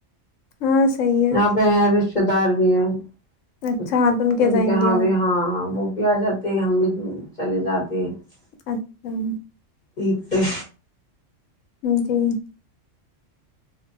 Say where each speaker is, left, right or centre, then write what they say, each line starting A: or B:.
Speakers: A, on the left; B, on the left.
A: ہاں صحیح
B: یہاں پہ ہے رت <unintelligible> دار میں ہیں <unintelligible>
A: اچھا ہاتھن
B: س
A: جائیں
B: کے ہاں
A: گے آپ
B: بھی ہاں وہ <unintelligible> بھی آ جاتے ہم بھی چلے جاتے ہیں <unintelligible>
A: اچھا <unintelligible>
B: ا تو <unintelligible>
A: جی <unintelligible>